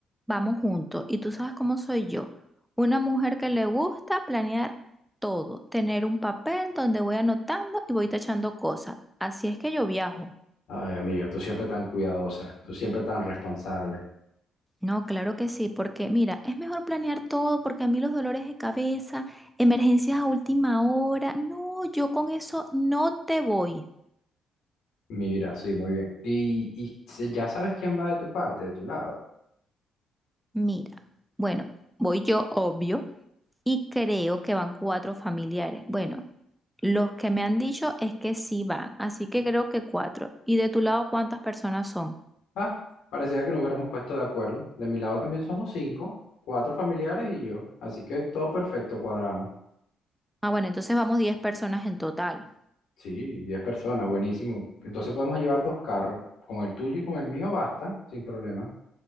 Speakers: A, in the centre; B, on the left.
A: vamos juntos. Y tú sabes cómo soy yo. Una mujer que le gusta planear todo, tener un papel donde voy anotando y voy tachando cosas. Así es que yo viajo.
B: Ay, amiga, tú siempre tan cuidadosa. Tú siempre tan responsable.
A: No, claro que sí, porque mira, es mejor planear todo porque a mí los dolores de cabeza, emergencias a última hora, no, yo con eso no te voy.
B: Mira, sí, muy bien. Y, y si- ya sabes quién va de tu parte, de tu lado.
A: Mira, bueno, voy yo obvio y creo que van cuatro familiares. Bueno, los que me han dicho es que sí van, así que creo que cuatro. ¿Y de tu lado cuántas personas son?
B: Ah, parecía que nos hubiéramos puesto de acuerdo. De mi lado también somos cinco, cuatro familiares y yo. Así que todo perfecto, cuadramos.
A: Ah, bueno, entonces vamos diez personas en total.
B: Sí, 10 personas, buenísimo. Entonces podemos llevar dos carros. Con el tuyo y con el mío basta, sin problema.